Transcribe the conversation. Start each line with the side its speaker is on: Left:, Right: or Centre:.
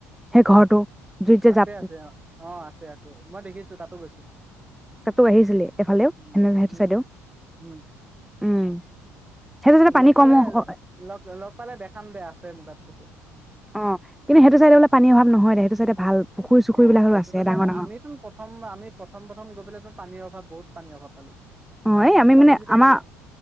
Centre: সেই ঘৰটো জুইত যে
Right: আছে
Centre: জাপ
Right: আছে অ অ আছে আছে মই দেখিছো তাতো গৈছো,
Centre: তাতো আহিছিলে এইফালেও
Right: উ
Centre: সেনে সেইটো
Right: উম
Centre: চাইদেও
Right: উম
Centre: উম সেইটো চাইডে পানী
Right: লগ পালে
Centre: কম অ
Right: লগ লগ পালে দেখাম দে আছে মোৰ তাতটো
Centre: অ কিন্তু সেইটো চাইডে বোলে পানী অভাৱ নহয় দে সেইটো চাইডে ভাল পুখুৰী চুখুৰী
Right: অ
Centre: বিলাকো
Right: সেইটো
Centre: আছে
Right: চাগে
Centre: ডাঙৰ ডাঙৰ
Right: আমি তোন প্ৰথম আমি প্ৰথম প্ৰথম গৈ পেলাই তোন পানীৰ অভাৱ বহুত পানী অভাৱ পালো
Centre: অ
Right: তাৰপিছত
Centre: এই মানে
Right: আমি যেতিয়া
Centre: আমাৰ